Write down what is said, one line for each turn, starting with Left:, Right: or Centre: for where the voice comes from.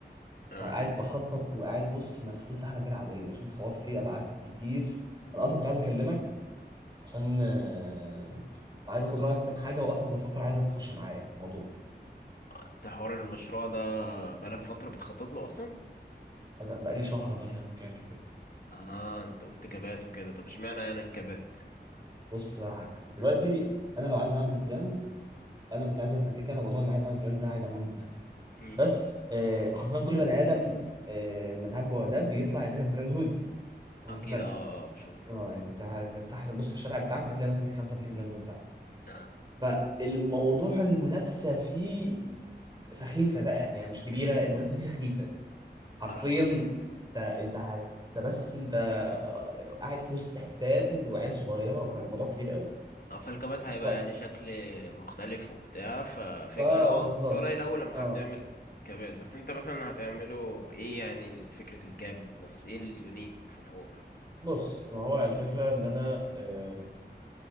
Left: اه
Right: فقاعد بخطط وقاعد بص مسحول سحلة غير عادية عشان الحوار فيه ابعاد كتير انا اصلا كنت عايز اكلمك عشان آه عايز اخد رأيك في كام حاجة واصلا كنت بفكر عايزك تخش معايا في الموضوع
Left: انت حوار المشروع ده بقالك فتره بتخطط له اصلا
Right: بدأ بقالي شهر مثلا كامل كده
Left: اه انت قلت كبات وكده طب اشمعنى يعني الكبات
Right: بص بقى يا حاج دلوقتي انا لو عايز اعمل براند انا كنت عايز أبدأ- انا كده كده أنا موضوع ان عايز اعمل براند ده عايز اعمله من زمان
Left: امم
Right: بس آه حرفيا كل بني ادم آه من هب ودب بيطلع يعمل لك براند هوديز وانت
Left: اكيد
Right: فاهم
Left: اه اه بشوف الحوار
Right: اه
Left: ده
Right: يعني انت هتفتح تبص في الشارع بتاعك وهتلاقي مثلا في خمسه فاتحين براند هوديز عادي
Left: اه
Right: فالموضوع المنافسه فيه سخيفه بقى يعني مش كبيره المنافسه فيه سخيفه حرفيا
Left: على حوار
Right: انت انت هت انت بس انت آه، قاعد في وسط حيتان وعيال صغيره فالموضوع كبير قوي
Left: اه فالكبات هيبقى
Right: ف...
Left: يعني شكل مختلف وبتاع ففكرة
Right: فبالظبط
Left: اه انت قليل اول لما
Right: اه
Left: حد يعمل كبات بس انت مثلا هتعمله ايه يعني فكره الكاب ذات نفسه ايه اليونيك في الحوار
Right: بص ما هو الفكره ان انا آه،